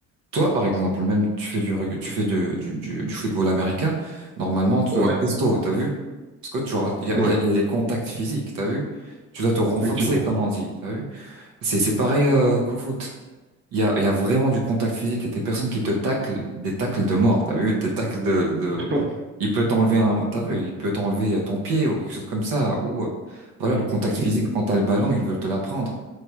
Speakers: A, on the right; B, on the right.
A: toi par exemple, même tu fais du reg- tu fais de- du, du, du football américain, normalement tu
B: Ouais.
A: dois être costaud, t'as vu? Parce que tu auras- il y a,
B: Ouais,
A: il y a, il y a des contacts physiques, t'as vu? Tu dois te renforcer,
B: effectivement.
A: comme on dit, t'as vu? C'est c'est pareil euh, qu'au foot. Il y a, il y a vraiment du contact physique. Il y a des personnes qui te taclent, des tacles de mort. T'as vu? Des tacles de, de...
B: <laughs>
A: Il peut t'enlever un... T'as vu? Il peut t'enlever euh, ton pied ou quelque chose comme ça. Ou euh, voilà, le contact physique, quand t'as le ballon, ils veulent te l'apprendre.